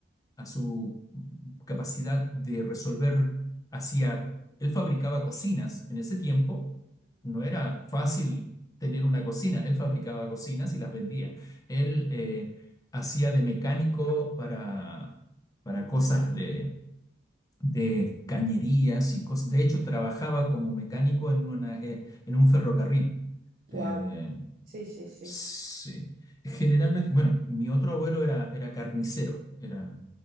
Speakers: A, on the left; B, on the right.
A: a su capacidad de resolver. Hacía, él fabricaba cocinas en ese tiempo. No era fácil tener una cocina. Él fabricaba cocinas y las vendía. Él eh, hacía de mecánico para, para cosas de de cañerías y cosas. De hecho, trabajaba como mecánico en una, eh, en un ferrocarril. Eh,
B: Wow. Sí, sí, sí.
A: sí. Generalmente, bueno, mi otro abuelo era, era carnicero, era